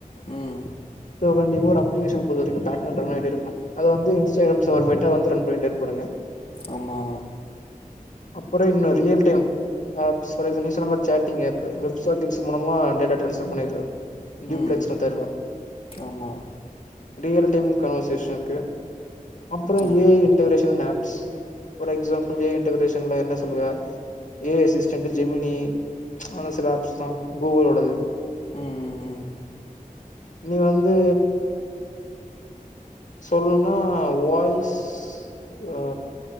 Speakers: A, on the left; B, on the left.
A: உம்
B: து கண்டிப்பா ஒரு அப்ளிகேஷன் போடுற வரைக்கும் பேக்கண்ணட் வேணா எது எடு அது வந்து இன்ஸ்டாகிராம் சவர்மேட்டா வந்து ரண் பண்ணிட்டு இருப்பாணுங்க
A: ஆமா
B: அப்புற இன்னும் ரியல் டைம் ஆப் சுரேஷ் நீ சொன்ன மாரி சேட்டிங் ஆப்பு வெப சார்கெட்ஸ் மூலமா டேட்டா டிரான்ஸ்பர் பண்ணிருது டிப்ளக்ஸ்
A: ம்
B: மெத்தட்ல
A: ஆமாம்
B: ரியல் டை கன் ஸ்டேஷனுக்கு அப்புறோ
A: ஆ
B: A I integration app for example A I இன்டகரேஷன்ல என்ன சொல்லுவ ஏ ஐ அசிஸ்டன்ட்டு ஜெமினி ஆனா சில ஆப்ஸ் தா கூகுளோடது
A: ம் ம்
B: நீ வந்து சொல்லணுனா வாய்ஸ் ஆ